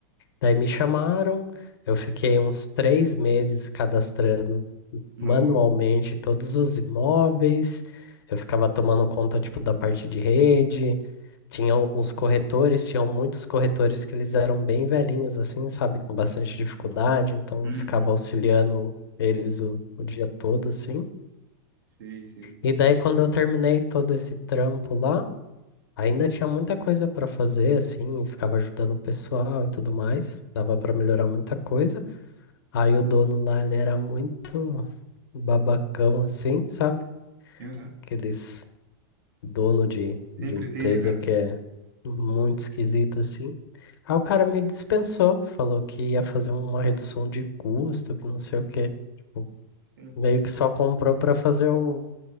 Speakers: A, on the left (about 80°); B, on the right (about 80°).
A: Daí me chamaram, eu fiquei uns três meses cadastrando
B: Nossa.
A: manualmente todos os imóveis. Eu ficava tomando conta, tipo, da parte de rede. Tinha o- os corretores, tinham muitos corretores que eles eram bem velhinhos, assim, sabe, com bastante dificuldade. Então,
B: Uhum.
A: eu ficava auxiliando eles o, o dia todo, assim.
B: <laughs> Sei, sei.
A: E daí, quando eu terminei todo esse trampo lá, ainda tinha muita coisa para fazer, assim, ficava ajudando o pessoal e tudo mais, dava para melhorar muita coisa. Aí o dono lá, ele era muito babacão, assim, sabe?
B: Aham.
A: Aqueles dono de,
B: Sempre
A: de empresa
B: tem, né, cara?
A: que é muito esquisito, assim. Aí o cara me dispensou, falou que ia fazer uma redução de custo, que não sei o quê. Tipo,
B: Sim.
A: meio que só comprou para fazer o